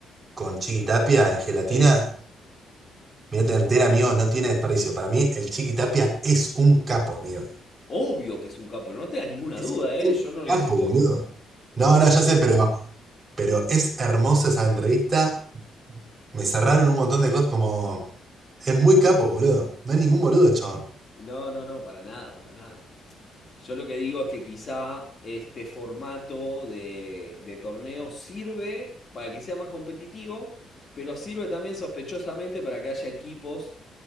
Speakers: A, on the right; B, on the left.
A: con Chiqui Tapia en Gelatina.
B: Sí.
A: Mirate entera, amigos, no tiene desperdicio. Para mí, el Chiqui Tapia es un capo, amigo.
B: Obvio que es un capo, pero no tengas ninguna
A: Es
B: duda, ¿eh?
A: un
B: Yo no lo
A: capo,
B: discuto
A: boludo.
B: eso.
A: No,
B: No
A: no,
B: lo discuto.
A: ya sé, pero, pero es hermosa esa entrevista. Me cerraron un montón de cosas como... Es muy capo, boludo. No hay ningún boludo, chabón.
B: No, no, no, para nada, para nada. Yo lo que digo es que quizá este formato de, de torneo sirve para que sea más competitivo, pero sirve también sospechosamente para que haya equipos